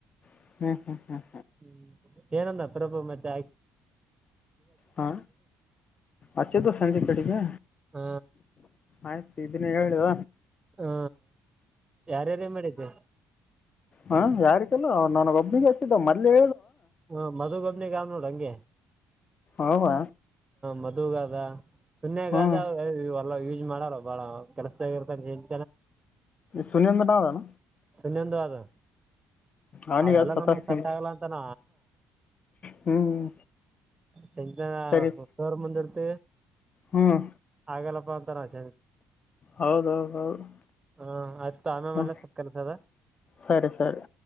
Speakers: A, on the left; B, on the right.
A: ಹ್ಮ್ ಹ್ಮ್ ಹ್ಮ್
B: ಹ್ಮ್ ಏನಂದ ಪ್ರಭ ಮತ್ತೆ ಆ
A: ಹಾ ಅಚೆದು ಸಂಜೆ ಕಡಿಗೆ
B: ಹ
A: ಆಯ್ ಇದನ್ನ ಹೇಳುವ
B: ಹಾ ಯಾರ್ಯಾರ ಮಾಡಿದ್ವಿ
A: ಹಾ ಯಾರಿಕಲ್ಲ ಅವ ನನಗ ಒಬ್ಬಿಗೆ ಅಷ್ಟಿದ್ದ ಮಲ್ಲೆ
B: ಹ್ಮ ಮಧುಗಬನಿ ಗಾಮ್ ನೋಡಂಗೆ
A: ಆರಾಮ
B: ಮದುವಗಾದ ಸುನ್ಯಗಾದ
A: ಹ್ಮ್
B: ಎಲ್ಲ ಯೂಸ್ ಮಾಡಲ್ಲ ಬಾಳ ಕೆಲ್ಸದಾಗಿರ್ತಾನಏನ್
A: ಸನ ಬಟಾವದಾನ
B: ಸುಮ್ಮಂದು ಅದು
A: ಅವನಿಗೆ
B: ಅವೆಲ್ಲ
A: ಸತಾಯಿಸ್ತೀನಿ
B: ನಮಗ್ ಸಟ್ ಆಗಲ್ಲ ಅಂತನ
A: ಹ್ಮ್
B: ಚೆಂಗ
A: ಸರಿ
B: ತೋರ್ ಮುಂದಿ ಇರ್ತ
A: ಹ್ಮ್
B: ಆಗಲ್ಲಪ್ಪ ಅತರಚ
A: ಹೌದೌದೌದು
B: ಹಾ ಆತ ಆಮೆ
A: ಹಾಂ
B: ಮಲೆ ಸಕ್ಕಸದ
A: ಸರಿ ಸರಿ